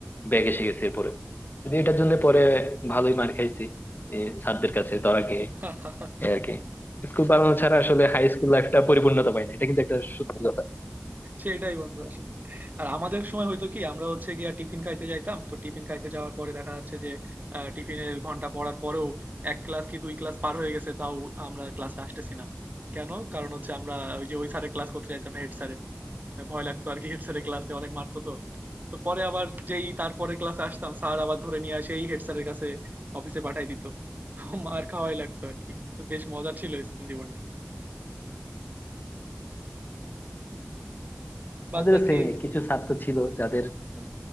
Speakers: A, on the left; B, on the right.
A: ব্যাগ এসে গেছে এরপরে যদি এটার জন্য পরে ভালোই মার খাইছি যে স্যারদের কাছে ধরা খেয়ে
B: <laughs>
A: এই আর কি স্কুল পালানো ছাড়া আসলে হাই স্কুল লাইফটা পরিপূর্ণতা পায় না এটা কিন্তু একটা সত্যি কথা
B: সেইটাই বন্ধু আসলে। আর আমাদের সময় হয়তো কি আমরা হচ্ছে গিয়া টিফিন খাইতে যাইতাম তো টিফিন খাইতে যাওয়ার পরে দেখা যাচ্ছে যে আহ, টিফিনের ঘন্টা পড়ার পরেও এক ক্লাস কি দুই ক্লাস পার হয়ে গেছে তাও আমরা ক্লাসে আসতেছি না কেন কারণ হচ্ছে আমরা ওই যে ওই স্যারের ক্লাস করতে যাইতাম না হেড স্যারের ভয় লাগতো আর কি হেড স্যারের ক্লাসে অনেক মারতো তো তো পরে আবার যেই তারপরে ক্লাসে আসতাম স্যার আবার ধরে নিয়ে আসে এই হেড স্যারের কাছে অফিসে পাঠাই দিত তো মার খাওয়াই লাগতো আর কি তো বেশ মজা ছিল স্কুল জীবনটা বাদ
A: আমাদের
B: বাকি
A: সেমই কিছু ছাত্র ছিল যাদের মানে